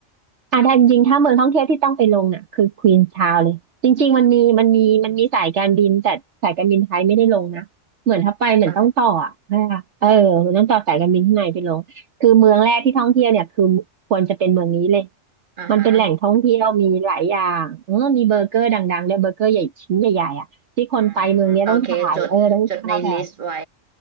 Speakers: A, on the right; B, on the right.
A: อ่ะถ้าจริงๆถ้าเมืองท่องเที่ยวที่ต้องไปลงน่ะคือควีนชาวเลยจริงๆมันมีมันมีมันมีสายการบินแต่สายการบินไทยไม่ได้ลงนะเหมือนถ้าไปเหมือนต้องต่ออ่ะใช่ปะเออเหมือนต้องต่อสายการบินข้างในไปลงคือเมืองแรกที่ท่องเที่ยวเนี่ยคือควรจะเป็นเมืองนี้เลย
B: อ่ะอ่าฮะ
A: มันเป็นแหล่งท่องเที่ยวมีหลายอย่างเออมีเบอร์เกอร์ดังๆด้วยเบอร์เกอร์ใหญ่ชิ้นใหญ่ๆอ่ะที่คนไปเมืองเนี้ยต้องถ่ายเออต้องถ่ายแบบ
B: อืมโอเคจดจดในลิสต์ไว้